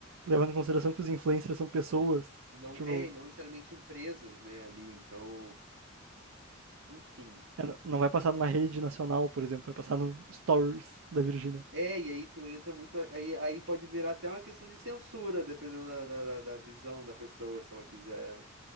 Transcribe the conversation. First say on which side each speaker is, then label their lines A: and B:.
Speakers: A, on the right; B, on the right.
A: Levando em consideração que os influencers são pessoas,
B: E não,
A: tipo,
B: é, e não necessariamente empresas, né, ali. Então, enfim.
A: É, não não vai passar numa rede nacional, por exemplo, vai passar no Stories da Virgínia.
B: É, e aí tu entra muito. Aí, aí pode virar até uma questão de censura, dependendo da, da da- da visão da pessoa, se ela quiser